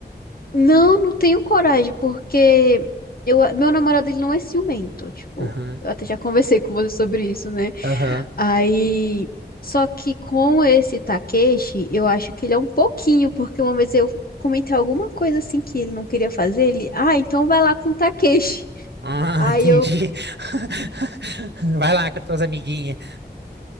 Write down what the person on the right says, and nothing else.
Aham,
aham.
Ah,
entendi.
<laughs> Vai lá com as tuas amiguinhas.